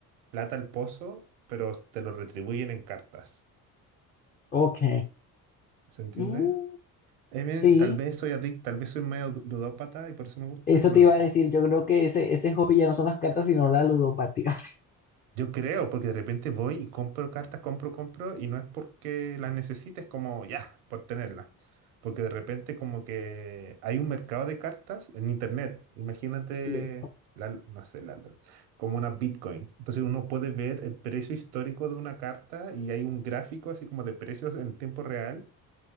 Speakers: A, on the right (about 70°); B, on the left (about 20°).
A: plata al pozo, pero te lo retribuyen en cartas.
B: Ok.
A: ¿Se entiende?
B: Mm,
A: Eh, bien,
B: sí,
A: tal vez soy adicto, tal vez soy medio ludópata y por eso me gusta,
B: eso
A: no
B: te
A: lo
B: iba
A: sé.
B: a decir. Yo creo que ese, ese hobby ya no son las cartas, sino la ludopatía.
A: Yo creo, porque de repente voy y compro cartas, compro, compro, y no es porque las necesites como ya, por tenerlas. Porque de repente como que hay un mercado de cartas en internet. Imagínate,
B: <laughs>
A: la, no sé, la- la- como una Bitcoin. Entonces uno puede ver el precio histórico de una carta y hay un gráfico así como de precios en tiempo real.